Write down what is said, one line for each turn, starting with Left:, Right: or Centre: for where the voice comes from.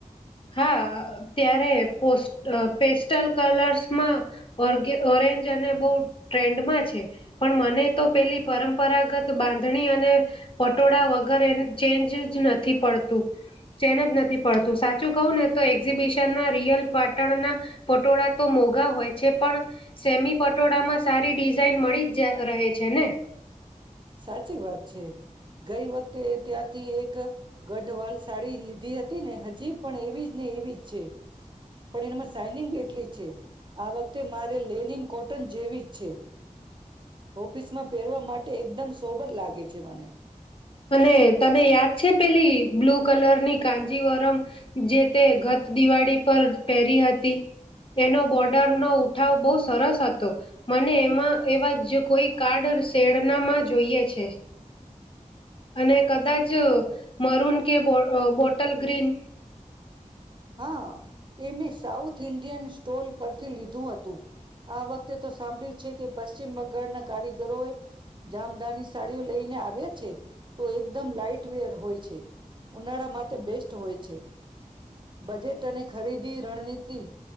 Left: હા ત્યારે પો પેસ્ટલ કલર્સમાં ઓગ ઓરેન્જ અને બહુ ટ્રેન્ડમાં છે પણ મને તો પેલી પરંપરાગત બાંધણી અને પટોળા વગર ચેન્જ જ નથી પડતું ચેનજ નથી પડતું સાચું કહું ને તો એક્ઝિબિશનમાં રિયલ પાટણના પટોળા તો મોઘા હોય છે પણ સેમી પટોળામાં સારી ડિઝઇન મળી જ ત્યાં રહે છે ને?
Right: સાચી વાત છે. ગઈ વખતે ત્યાંથી એક ગઢવાલ સાડી લીધી હતી. ને હજ હજી પણ એવી જ ને એવી જ છે. પણ એનામાં સાઈનિંગ બી એટલી જ છે. આ વખતે મારે લેનિન કોટન જેવી જ છે. હોફિસમાં પહેરવા માટે એકદમ એવું જ લાગે છે મને
Left: અને તને યાદ છે પેલી બ્લૂ કલરની કાજીવરમ જ પેલી તમને યાદ છે પેલી બ્લુ કલરની કાંજીવરમ જે તે ગત દિવાળી પર જ પહેરી હતી. એનો બોર્ડરનો ઉઠાવ બહુ સરસ હતો અને મને એમાં એવા જ કોઈ એકાદ શેડ ના માં જોઈએ છે. અને કદાચ મરુન કે બો અહ બોટલ ગ્રીન
Right: હા એં મેં સાઉથ ઇન્ડિયન સ્ટોલ પરથી લીધું હતું. આ વખતે તો સાંભળ્યું છે કે પશ્ચિમ બંગાળના કારીગરો એ જામદાની સાડીઓ લઈને આવ્યા છે. તો એકદમ લાાઈટ વેટ હોય છે. ઉનાળામાં તો બેસ્ટ હોય છે. બજેટ અને ખરીદી રણનીતિ